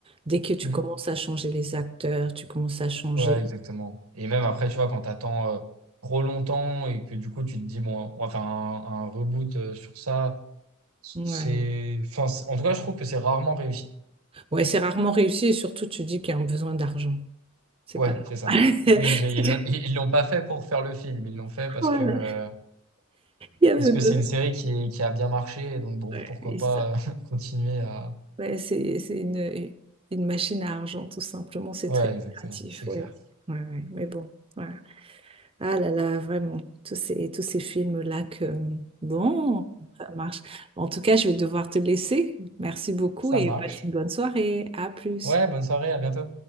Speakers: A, on the right (about 25°); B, on the right (about 85°).
A: Dès que tu
B: Mm.
A: commences à changer les acteurs, tu commences à changer.
B: Ouais, exactement. Et même après, tu vois, quand t'attends euh, trop longtemps et que du coup, tu te dis, bon, on va faire un, un reboot euh, sur ça, c'est,
A: Ouais,
B: enfin, c'est- en tout cas, je trouve que c'est rarement réussi.
A: ouais, c'est rarement réussi et surtout tu dis qu'il y a un besoin d'argent. C'est
B: Ouais,
A: pas
B: c'est ça.
A: normal. <laughs>
B: Oui, ils ils l'ont ils l'ont pas fait pour faire le film, ils l'ont fait parce
A: Voilà,
B: que euh,
A: il y avait
B: parce que
A: besoin.
B: c'est une série qui, est- qui a bien marché, et donc bon,
A: Ouais,
B: pourquoi
A: et
B: pas
A: ça-
B: euh, <laughs> continuer à...
A: ouais, c'est c'est une, une machine à argent, tout simplement. C'est
B: Ouais,
A: très
B: exactement,
A: créatif,
B: c'est
A: ouais.
B: clair.
A: Ouais, ouais, mais bon. ouais. Ah là là, vraiment, tous ces, tous ces films-là que, bon, ça marche. En tout cas, je vais devoir te laisser. Merci beaucoup
B: Ça
A: et
B: marche.
A: passe une bonne soirée. À plus.
B: Ouais, bonne soirée, à bientôt.